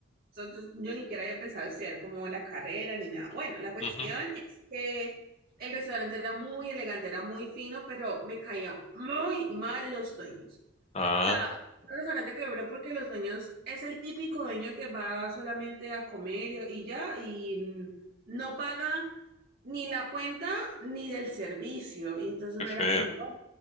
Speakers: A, on the right (about 50°); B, on the left (about 30°).
A: sea, yo, yo ni siquiera había pensado estudiar como la carrera ni nada. Bueno, la cuestión
B: Ujú.
A: es que el restaurante era muy elegante, era muy fino, pero me caía muy mal los dueños.
B: Ah,
A: O sea, un restaurante quebró porque los dueños es el típico dueño que va solamente a comer y, y ya, y no paga ni la cuenta ni del servicio. Y entonces
B: qué
A: uno
B: feo.
A: era como, "Bueno,